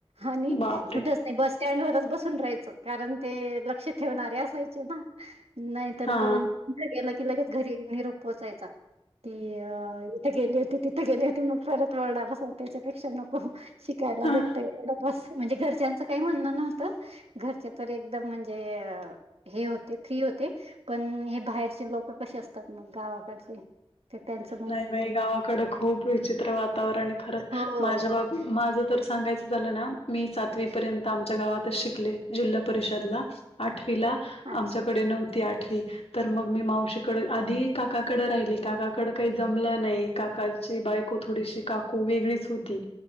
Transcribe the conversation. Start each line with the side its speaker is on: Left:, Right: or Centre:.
Right: आणि
Left: बापरे
Right: कुठच नाही बस स्टँड वरच बसून राहायचं कारण ते लक्ष ठेवणारे असायचे ना नाही तर
Left: हा
Right: पण कुठ गेलं की लगेच घरी निरोप पोहोचायचा की अ त गेली होती तिथे गेली होती मग परत ओरडा बस त्याच्यापेक्षा नको शिकायला
Left: हा
Right: भेटतय एवढं बस म्हणजे घरच्यांचं काही म्हणणं नव्हतं. घरचे तर एकदम म्हणजे अ हे होते फ्री होते पण हे बाहेरचे लोक कसे असतात मग गावाकडचे ते त्यांच
Left: नाही बाई गावाकड खूप विचित्र वातावरण खरंच
Right: हो. हो.
Left: माझ्या गाव माझं तर सांगायचं झालं ना मी सातवी पर्यंत आमच्या गावातच शिकले जिल्हा परिषदला. आठवीला
Right: अच्छा
Left: आमच्याकडे नव्हती आठवी तर मग मी मावशीकडे आधी काकाकडे राहिली काकाकडे काही जमलं नाही काकांची बायको थोडीशी काकू वेगळीच होती.